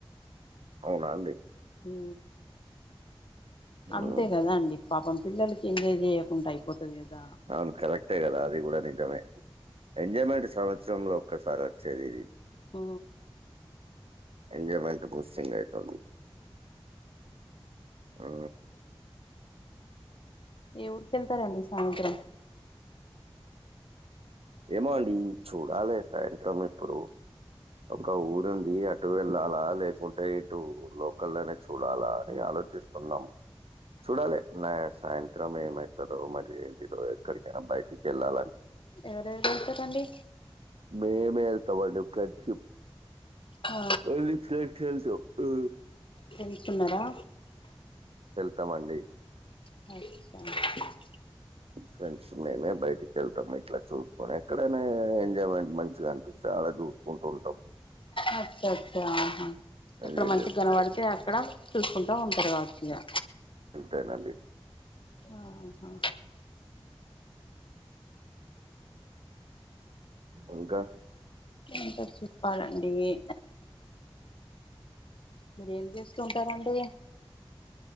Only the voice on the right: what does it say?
అవునా అండి
ఉమ్
అవును కరెక్టే కదా అది కూడనే నిజమే ఎంజాయ్మెంట్ సంవత్సరంలో ఒక్కసారి వచ్చేది
ఎంజాయ్మెంట్ ముసుండెటోన్ని ఆ
ఏమోండి చూడాలి సాయంత్రం ఇప్పుడు ఒక ఊరుంది అటు వెళ్ళాలా లేకుంటే ఇటు లోకల్ లోనే చూడాలా అని ఆలోచిస్తున్నాం చూడాలె నా సాయంత్రం ఏమైతదో మరి ఏంటిదో ఎక్కడికైనా బయటికి వెళ్ళాల
మేమే ఎళ్తమండి ఫ్రెండ్షిప్
మళ్ళీ ఫె వెళ్తు ఉ
తమండి
ఫ్రెండ్స్ మేమే బయటికి వెళ్తాము ఇట్లా చూసుకొని ఎక్కడైనే ఎంజాయ్మెంట్ మంచిగా అనిపిస్తది అదు స్ కుంటు ఉంటం
ఎంజాయ్
చేసుకుంటాం
టె నండి
ఇంకా